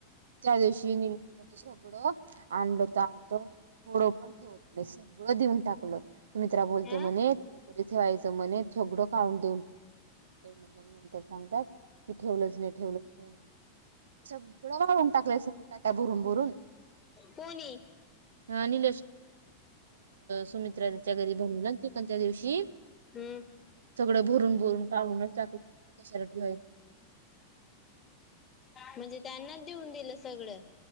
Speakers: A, on the right (about 65°); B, on the left (about 25°).
A: त्या दिवशी मी सगळं आणलं तर आणलं थोडं पण ठेवलं नाही सगळं देऊन टाकलं सुमित्रा बोलते
B: हं
A: म्हणे तरी ठेवायचं म्हणे सगळं काढून देऊन टाकलं सांगतात की ठेवलंच नाही ठेवलंच नाही सगळं वा हे सगळ टाका भरून भरून.
B: कोणी
A: हा निलेश सुमित्राच्या घरी बनला त्या दिवशी
B: हम्म.
A: सगळं भरून भरून काढूनच टाकून कशासाठी ठेवायच
B: म्हणजे त्यांनाच देऊन दिलं सगळं